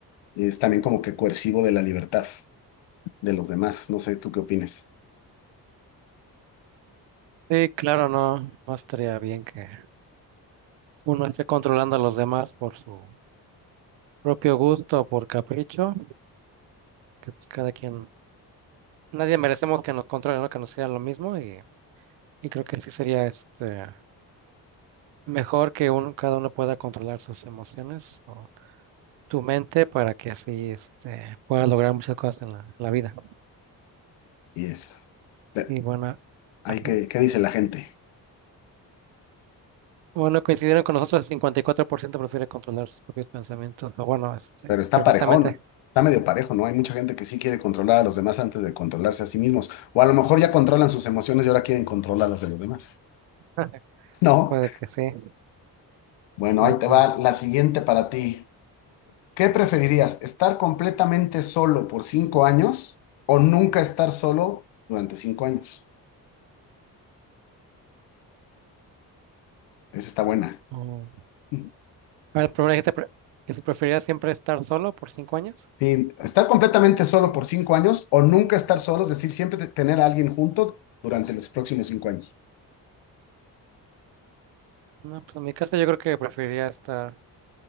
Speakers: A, on the left (about 80°); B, on the right (about 75°).
A: Y es también como que coercivo de la libertad de los demás. No sé, ¿tú qué opinas?
B: Sí, claro, no, no estaría bien que uno esté controlando a los demás por su propio gusto, por capricho, que pues cada quien, nadie merecemos que nos controle, ¿no? Que nos sea lo mismo y, y creo que sí sería este mejor que uno, cada uno pueda controlar sus emociones o tu mente para que así este puedas lograr muchas cosas en la, en la vida.
A: Y es, pe-
B: Y bueno,
A: hay
B: ajá.
A: que, ¿qué dice la gente?
B: Bueno, coincidieron con nosotros, el 54% prefiere controlar sus propios pensamientos. O Bueno, este,
A: Pero está
B: perfectamente.
A: parejón, está medio parejo, ¿no? Hay mucha gente que sí quiere controlar a los demás antes de controlarse a sí mismos, o a lo mejor ya controlan sus emociones y ahora quieren controlar las de los demás.
B: <laughs>
A: No.
B: Puede que sí,
A: Bueno,
B: sí,
A: ahí te
B: puede.
A: va la siguiente para ti. ¿Qué preferirías, estar completamente solo por cinco años o nunca estar solo durante cinco años? Esa está buena.
B: Oh.
A: <laughs>
B: A ver, primero dijiste pre- que si preferiría siempre estar solo por cinco años.
A: Sí, estar completamente solo por cinco años o nunca estar solo, es decir, siempre te- tener a alguien junto durante los próximos cinco años.
B: No, pues en mi caso yo creo que preferiría estar